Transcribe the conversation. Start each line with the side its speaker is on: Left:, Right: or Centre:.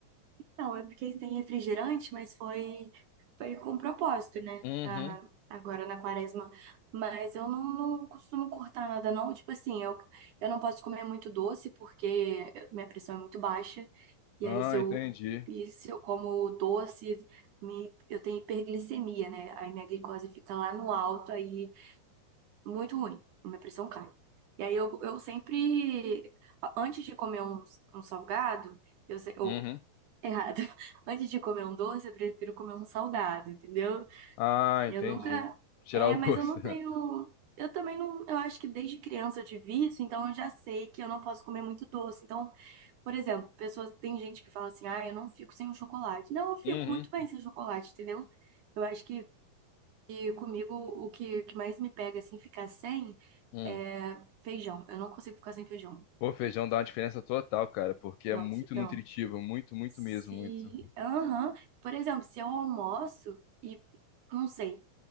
Right: Não, é porque tem refrigerante, mas foi, foi com propósito, né?
Left: Uhum.
Right: Ah, agora na quaresma. Mas eu não, não costumo cortar nada, não. Tipo assim, eu, eu não posso comer muito doce porque eu- minha pressão é muito baixa. E
Left: Ah,
Right: aí, se eu,
Left: entendi.
Right: e se eu como doce, me, eu tenho hiperglicemia, né? Aí minha glicose fica lá no alto, aí muito ruim, minha pressão cai. E aí eu, eu sempre, antes de comer um, um salgado, eu, se- ou,
Left: Uhum.
Right: errado, <laughs> antes de comer um doce, eu prefiro comer um salgado, entendeu?
Left: Ah, entendi.
Right: Eu nunca,
Left: Tirar
Right: é,
Left: o
Right: mas
Left: gosto.
Right: eu não
Left: <laughs>
Right: tenho, eu também não, eu acho que desde criança eu tive isso, então eu já sei que eu não posso comer muito doce. Então, por exemplo, pessoas, tem gente que fala assim, ah, eu não fico sem um chocolate. Não, eu fico
Left: Uhum.
Right: muito bem sem chocolate, entendeu? Eu acho que e comigo, o que, o que mais me pega, assim, ficar sem
Left: Hum.
Right: é feijão. Eu não consigo ficar sem feijão.
Left: Pô, feijão dá uma diferença total, cara, porque é
Right: Nossa,
Left: muito nutritivo,
Right: não.
Left: muito, muito
Right: Se.
Left: mesmo, muito.
Right: Aham. Por exemplo, se eu almoço e, não sei,